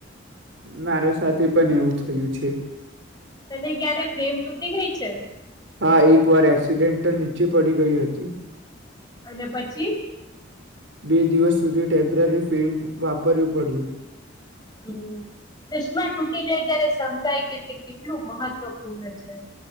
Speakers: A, on the right; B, on the left.
A: મારા સાથે પણ એવું થયું છે.
B: તને ક્યારે ફ્રેમ તૂટી ગઈ છે.
A: હા, એકવાર એક્સિડેન્ટ નીચે પડી ગઈ હતી.
B: અને પછી
A: બે દિવસ સુધી ટેમ્પરરી ફિલ્મ વાપરવી પડ્યું.
B: હમ્મ, ચશ્મા તૂટી જાય ત્યારે સમજાય કે તે કેટલું મહત્વપૂર્ણ છે.